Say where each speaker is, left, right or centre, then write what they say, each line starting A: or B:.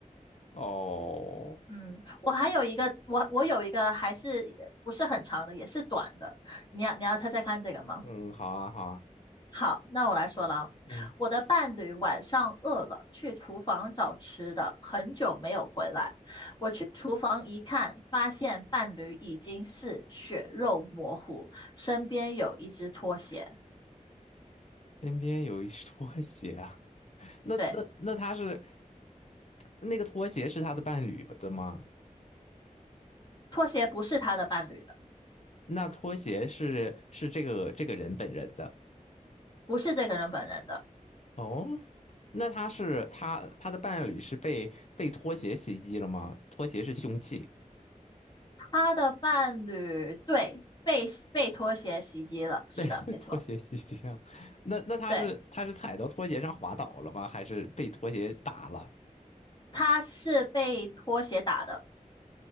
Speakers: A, on the left (about 55°); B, on the left (about 35°).
A: 哦，
B: 嗯，我还有一个，我我有一个还是不是很长的，也是短的，你要你要猜猜看这个吗？
A: 嗯，好啊，好啊，
B: 好，那我来说了啊，
A: 嗯，
B: 我的伴侣晚上饿了，去厨房找吃的，很久没有回来。我去厨房一看，发现伴侣已经是血肉模糊，身边有一只拖鞋，
A: 身边有一拖鞋啊，那那那他是
B: 对，
A: 那个拖鞋是他的伴侣的吗？
B: 拖鞋不是他的伴侣的，
A: 那拖鞋是是这个这个人本人的
B: 不是这个人本人的。
A: 哦，那他是他他的伴侣是被被拖鞋袭击了吗？拖鞋是凶器，
B: 他的伴侣对被被拖鞋袭击了，
A: <laughs>
B: 是的，
A: 对，被拖鞋袭击啊，
B: 没错，
A: 那那他是他是踩到拖鞋上滑倒了吗？
B: 对，
A: 还是被拖鞋打了？
B: 他是被拖鞋打的，